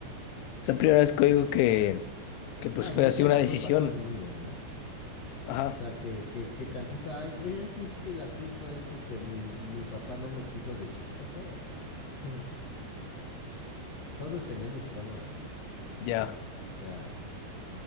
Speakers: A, on the left; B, on the left.
A: O sea, primera vez que oigo que, que pues
B: ah,
A: fue
B: y le
A: así
B: echan
A: una
B: la
A: decisión.
B: culpa a todo el mundo, ¿no?
A: Ajá,
B: O sea, que, que, que tantita, ay, ay, es que la culpa es porque mi, mi papá no me quiso de chiquito, güey. <laughs> Todos tenemos traumas.
A: ya.
B: O sea,